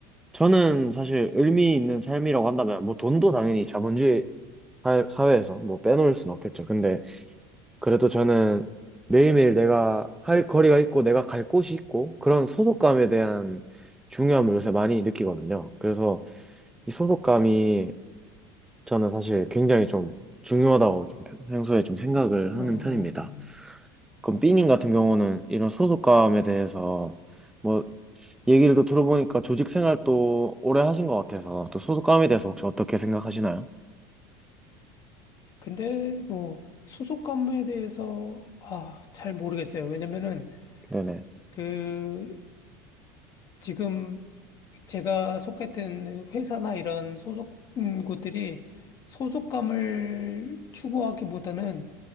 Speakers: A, in the centre; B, on the left.
A: 저는 사실 의미 있는 삶이라고 한다면 뭐 돈도 당연히 자본주의 사- 사회에서 뭐 빼놓을 순 없겠죠. 근데 그래도 저는 매일매일 내가 할 거리가 있고 내가 갈 곳이 있고 그런 소속감에 대한 중요함을 요새 많이 느끼거든요. 그래서 이 소속감이 저는 사실 굉장히 좀 중요하다고 좀 평- 평소에 좀 생각을
B: 어,
A: 하는
B: 어,
A: 편입니다.
B: 어.
A: 그럼 삐님 같은 경우는 이런 소속감에 대해서 뭐 얘기를 또 들어보니까 조직 생활 또 오래 하신 것 같아서 또 소속감에 대해서 혹시 어떻게 생각하시나요?
B: 근데 뭐 소속 관계에 대해서 아, 잘 모르겠어요. 왜냐면은
A: 네네.
B: 그 지금 제가 속했던 회사나 이런 소속 음, 곳들이 소속감을 추구하기보다는